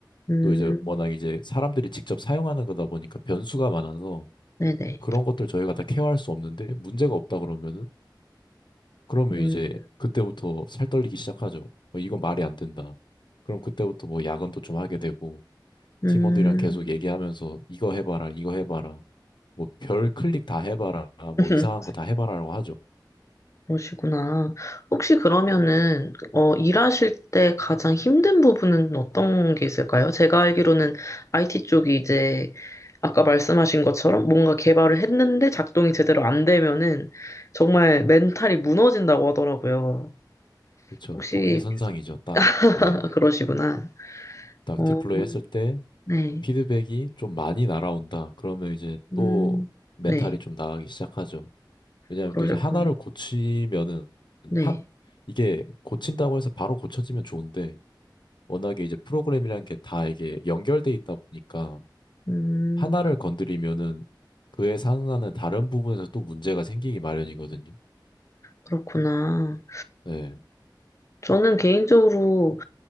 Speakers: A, on the left (about 40°); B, on the left (about 70°).
A: 음,
B: 또 이제 워낙 이제 사람들이 직접 사용하는 거다 보니까 변수가 많아서
A: 네네.
B: 그런 것들 저희가 다 케어할 수 없는데 문제가 없다 그러면은 그러면
A: 음,
B: 이제 그때부터 살 떨리기 시작하죠. 어, 이건 말이 안 된다. 그럼 그때부터 뭐 야근도 좀 하게 되고
A: 음.
B: 팀원들이랑 계속 얘기하면서 이거 해봐라, 이거 해봐라. 뭐 별 클릭 다 해봐라, 뭐
A: <laughs>
B: 이상한 거 다 해봐라라고 하죠.
A: 그러시구나. 혹시 그러면은, 어, 일하실 때 가장 힘든 부분은 어떤 게 있을까요? 제가 알기로는 IT 쪽이 이제, 아까 말씀하신 것처럼 뭔가 개발을 했는데 작동이 제대로 안 되면은 정말 멘탈이 무너진다고 하더라고요.
B: 그쵸.
A: 혹시
B: 동일 선상이죠. 딱,
A: <laughs>
B: 네.
A: 그러시구나.
B: 딱
A: 어,
B: 디플레이 했을 때
A: 네.
B: 피드백이 좀 많이 날아온다. 그러면 이제
A: 음,
B: 또 멘탈이
A: 네.
B: 좀 나가기 시작하죠. 왜냐하면
A: 그러셨구나.
B: 또 이제 하나를 고치면은,
A: 네.
B: 한, 이게 고친다고 해서 바로 고쳐지면 좋은데, 워낙에 이제 프로그램이라는 게 다 이게 연결돼 있다 보니까
A: 음,
B: 하나를
A: 그-
B: 건드리면은 그에 상응하는 다른 부분에서 또 문제가 생기기 마련이거든요.
A: 그렇구나.
B: 네.
A: 저는 개인적으로